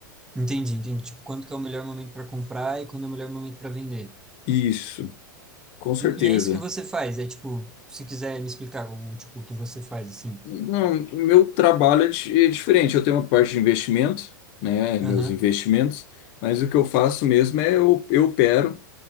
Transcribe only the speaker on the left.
Isso, com certeza.
Não, o meu trabalho é di- é diferente. Eu tenho uma parte de investimento, né? Meus
investimentos, mas o que eu faço mesmo é eu, eu opero